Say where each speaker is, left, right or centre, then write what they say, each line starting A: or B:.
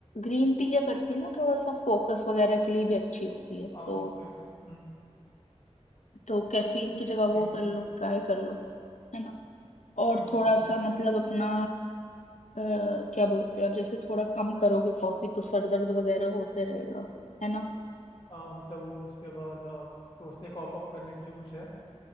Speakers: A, on the left; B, on the left.
A: ग्रीन टी क्या करती है ना थोड़ा सा फोकस वगैरह के लिए भी अच्छी होती है
B: हाँ
A: तो
B: वही तो हम्म,
A: तो कैफीन की जगह
B: ठीक
A: वो कर
B: है
A: लो ट्राई कर लो है ना और
B: ठीक
A: थोड़ा
B: है ठीक है
A: सा मतलब अपना अ, क्या बोलते हैं अब जैसे थोड़ा कम करोगे कॉफी तो सर दर्द वगैरह होते रहेगा है ना
B: हाँ मतलब वो उसके बाद हाँ तो उससे कॉप अप करने के लिए कुछ है